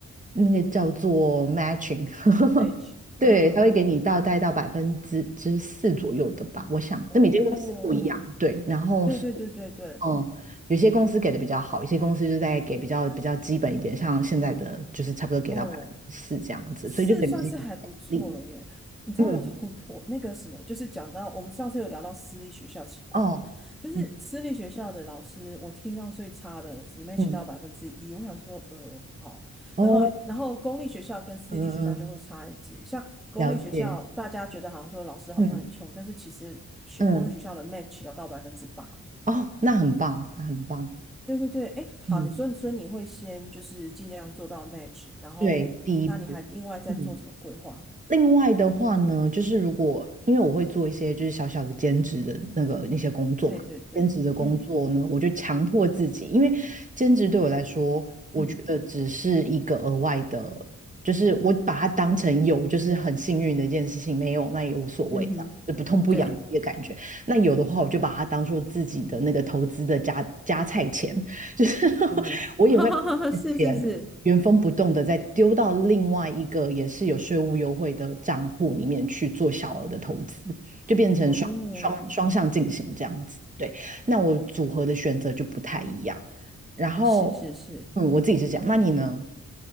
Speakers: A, on the right; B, in the centre.
A: 那个叫做 matching，<laughs>
B: ，match，嗯嗯嗯，
A: 对，他会给你到带到百分之之四左右的吧，我想，
B: 哦，
A: 那每间公司不一样，对，然后。
B: 对对对对对，
A: 嗯，有些公司给的比较好，有些公司就在给比较比较基本一点，像现在的就是差不多给到百分之四这样子，
B: 哦，是算是还不错了耶。
A: 所以就等于是一个奖励。
B: 你知道我同
A: 嗯，
B: <laughs> 我那个什么，就是讲到我们上次有聊到私立学校情况嘛，
A: 哦，
B: 就是私立学校的老师，
A: 嗯
B: 我听到最差的只 match
A: 嗯，
B: 到百分之一，我想说，呃，好，
A: 哦，
B: 然后然后公立学校跟私立学校就会差一截，
A: 嗯嗯，
B: 像公立学校大家觉得好像说老师好像很穷，
A: 了解，嗯
B: 但是其实学公立学校的
A: 嗯，
B: match 要到百分之八。
A: 哦，那很棒，那很棒，
B: 对对对，哎，好，
A: 嗯，
B: 你说你说你会先就是尽量做到 match，然后那你还另外再做什么规划？
A: 对，第一步，嗯。另外的话呢，就是如果因为我会做一些就是小小的兼职的那个那些工作嘛，
B: 对对对，
A: 兼职的工作呢，
B: 嗯
A: 我就强迫自己，因为兼职对我来说，我觉得只是一个额外的，
B: 嗯
A: 就是我把它当成有，就是很幸运的一件事情，没有那也无所谓，
B: 嗯哼，
A: 这样就不痛不痒的一个感觉。
B: 对，
A: 那有的话，我就把它当做自己的那个投资的加加菜钱，就是
B: 嗯哼，
A: <laughs> 我也会。
B: <laughs> 哈哈哈哈，是是是，
A: 钱，原封不动的再丢到另外一个也是有税务优惠的账户里面去做小额的投资，就变成双双双向进行这样子。
B: 哦，
A: 对，那我组合的选择就不太一样。然后，
B: 是是是。
A: 嗯，我自己是这样，那你呢？